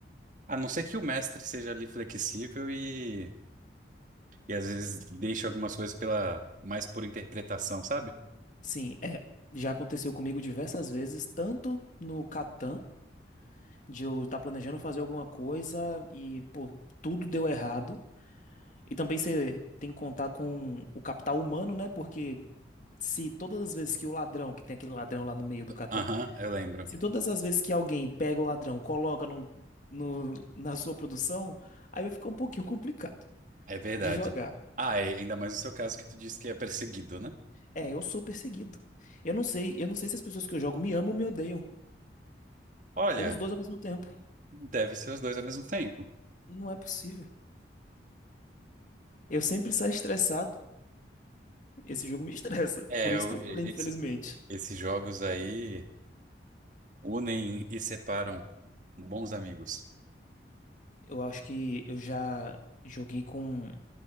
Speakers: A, on the right; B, on the left.
A: A não ser que o mestre seja ali flexível e, e às vezes deixe algumas coisas pela mais por interpretação, sabe?
B: Sim, é. Já aconteceu comigo diversas vezes, tanto no Catan, de eu estar planejando fazer alguma coisa e, pô, tudo deu errado. E também você tem que contar com o capital humano, né? Porque se todas as vezes que o ladrão, que tem aquele ladrão lá no meio do Catan,
A: Aham, eu lembro.
B: Se todas as vezes que alguém pega o ladrão, coloca no, no- na <laughs> sua produção, aí vai ficar um pouquinho complicado
A: É verdade.
B: de jogar.
A: Ah, é, ainda mais no seu caso que tu disse que é perseguido, né?
B: É, eu sou perseguido. Eu não sei, eu não sei se as pessoas que eu jogo me amam ou me odeiam,
A: Olha,
B: ou os dois ao mesmo tempo.
A: deve ser os dois ao mesmo tempo.
B: Não é possível. Eu sempre saio estressado. Esse jogo me <laughs> estressa.
A: É,
B: Por isso
A: eu,
B: que
A: e-
B: eu falei, infelizmente.
A: esse- esses jogos aí. Unem e separam bons amigos.
B: Eu acho que eu já joguei com